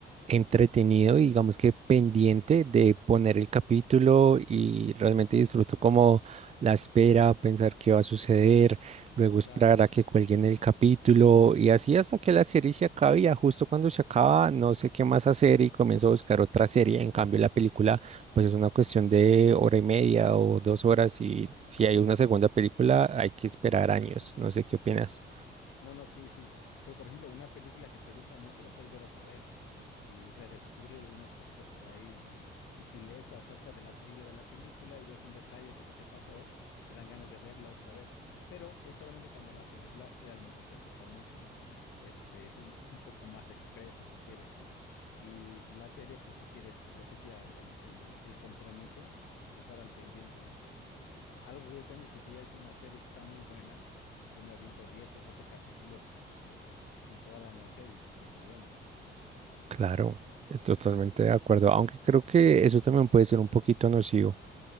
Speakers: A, on the right; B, on the left.
A: entretenido y digamos que pendiente de poner el capítulo y realmente disfruto como la espera, pensar qué va a suceder, luego esperar
B: Claro,
A: a que cuelguen el capítulo y así hasta que la serie se acabe y ya justo cuando se acaba no sé qué más hacer y comienzo a buscar otra serie. En cambio la película pues es una cuestión de hora y media o dos horas y si
B: sí.
A: hay una segunda película hay que esperar años. No sé qué opinas.
B: No, no, sí, sí. Pero por ejemplo, una película que te gusta mucho la puedes ver otra vez y redescubrir algunas cositas por ahí, ¿no? Y si lees acerca de la trivia de la película y ves un detalle que se te pasó, te dan ganas de verla otra vez. Pero es solamente cuando la película realmente te gusta mucho, ¿no? Este, es un, un poco más express si tú quieres, ¿no? Y, y la serie pues requiere, repetía, el, el el- el compromiso de estar al pendiente, ¿no? Algo que yo tengo que sí es una serie que está muy buena. Yo me aviento 10 o 12 capítulos este, en toda la noche y sin problema, ¿no?
A: Claro, eh, totalmente de acuerdo, aunque creo que eso también puede ser un poquito nocivo.